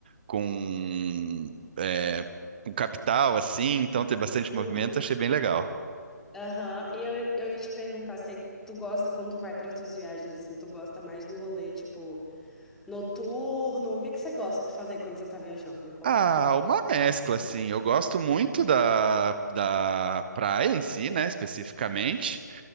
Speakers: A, on the right; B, in the centre.
A: com é, com capital, assim. Então tem bastante
B: Sim.
A: movimento. Achei bem legal.
B: Aham. E eu, eu ia te perguntar se tu gosta quando tu vai para tuas viagens assim, tu gosta mais do rolê tipo noturno? O que que você gosta de fazer quando você tá viajando? Me conta.
A: Ah, uma mescla, assim. Eu gosto muito da da praia em si, né? Especificamente.